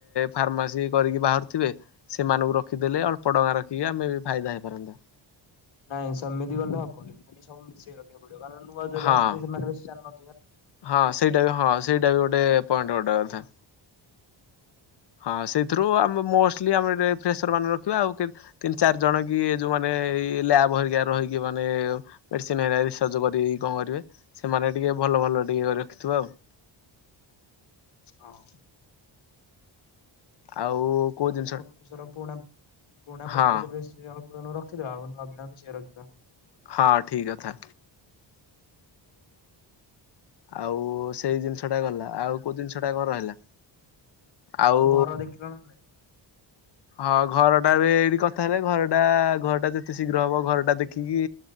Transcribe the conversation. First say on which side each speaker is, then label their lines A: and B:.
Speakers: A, on the left; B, on the left.
A: ଫାର୍ମାସି କରିକି ବାହାରୁଥିବେ ସେମାନଙ୍କୁ ରଖିଦେଲେ ଅଳ୍ପ ଟଙ୍କା ରଖିକି ଆମେ ବି ଫାଇଦା ହେଇପାରନ୍ତା।
B: ନାଇଁ ସେମିତି ଗଲେ ହବନି ମାନେ ସବୁ ମିଶିକି ରଖିଆକୁ କାରଣ ନୂଆ ଜୋରେ
A: ହଁ
B: ଆସି ସେମାନେ ବେଶୀ ଜାନାହାନ୍ତି।
A: ହଁ ସେଇଟା ବି ହଁ ସେଇଟା ବି ଗୋଟେ ପଏଣ୍ଟ ଗୋଟେ କଥା। ହଁ ସେଇଥିରୁ ଆମେ ମୋଷ୍ଟଲି ଆମେ ଏ ଫେସର ମାନେ ରଖିବା ଆଉ ତିନି ଚାରି ଜଣ କି ଯୋଉ ମାନେ ଏଇ ଲ୍ୟାବ ହେରିକ ରହିକି ମାନେ ମେଡିସିନ ରିସର୍ଜ କରି କଣ କରିବେ ସେମାନେ ଟିକେ ଭଲ ଭଲ ଟିକେ ରଖିଥିବ ଆଉ।
B: ହଁ। <unintelligible>
A: ଆଉ
B: ଣୁ
A: କୋଉ ଜିନିଷ
B: ରଖିଦବା ଆଉ ନୂଆ
A: ହଁ
B: ପିଲା ଆମେ ସେଏ ରଖିବା।
A: ହଁ ଠିକଥା। ଆଉ ସେଇ ଜିନିଷ ଟା ଗଲା ଆଉ କୋଉ ଜିନିଷ ଟା କଣ ରହିଲା? ଆଉ
B: ଘର ଦେଖିଲଣି ନା ନାଇଁ
A: ହଁ ଘର ଘା ଏଇଠି କଥା ହେଲେ ଘରଟା ଘରଟା ଯେତେ ଶୀଘ୍ର ହବ ଘରଟା ଦେଖିକି